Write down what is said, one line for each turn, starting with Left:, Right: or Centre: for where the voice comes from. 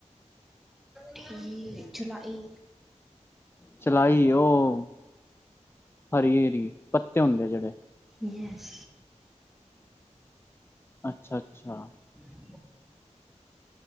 Centre: ਕੀ ਚਲਾਈ।
Left: ਚਲਾਈ ਉਹ ਹਰੀ ਹਰੀ ਪੱਤੇ ਹੁੰਦੇ ਆ ਜਿਹੜੇ।
Centre: ਯੇਸ।
Left: ਅੱਛਾ, ਅੱਛਾ
Centre: <inaudible>